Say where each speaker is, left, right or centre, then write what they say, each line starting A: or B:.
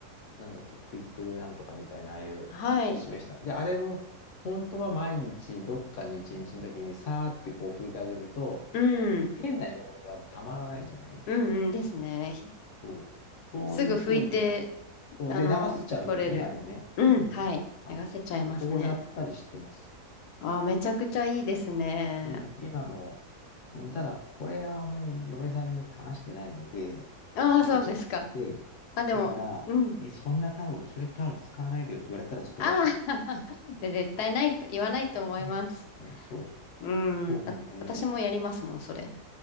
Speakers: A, on the left; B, on the left.
A: なんだっけ、クイックルなんとかみたいな、ああいう、
B: はい。
A: 示した。で、あれも、本当は毎日、どっかの一日の時に、さーってこう拭いてあげると、
B: うん。
A: 変な汚れはたまらないじゃない
B: うんうんですね。ひ
A: そう。そういうふうには、
B: すぐ拭いて、
A: そうで、
B: あの、
A: 流せちゃうんでね、
B: 取れる。
A: あれね。
B: うん、
A: うん。
B: はい。
A: あ、
B: 流せちゃいますね。
A: もう、こうやったりしてます。
B: ああ、めちゃくちゃいいですね。
A: うん、今の、うん、ただ、これはあんまり嫁さんに話してないので、
B: ああ、
A: 正直
B: そうですか。
A: 言って。
B: あ、でも、
A: だから、
B: うん。
A: え、そんなタオル、それタオル使わないでよって言われたらちょっと終わっちゃうんですよ。
B: ああ、<laughs> いや絶対ないと、言わないと思います。
A: ね。ね、そうでしょ。
B: うん。
A: そうもね。
B: あ、私もやりますもん、それ。